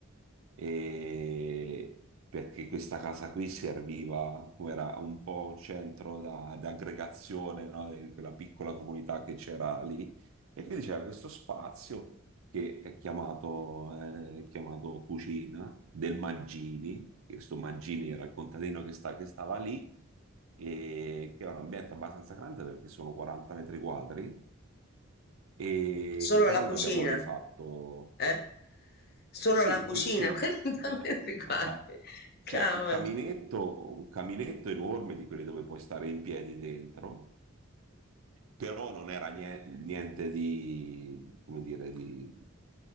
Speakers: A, on the right; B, on the left.
A: e perché questa casa qui serviva come era un po' un centro da- di aggregazione, no, di quella piccola comunità che c'era lì. E quindi c'era questo spazio che è chiamato, eh, chiamato Cucina del Maggini, che questo Maggini era il contadino che, sta- che stava lì, e che è un ambiente abbastanza grande perché sono 40 metri quadri, e,
B: Solo
A: però
B: la
A: noi
B: cucina?
A: abbiamo rifatto.
B: Eh? Solo
A: Sì,
B: la cucina?
A: eh, sì,
B: <laughs> Guarda,
A: esatto,
B: metti qua.
A: esatto.
B: Cavolo.
A: C'è un caminetto, un caminetto enorme di quelli dove puoi stare in piedi dentro, però non era nie- niente di, come dire, di,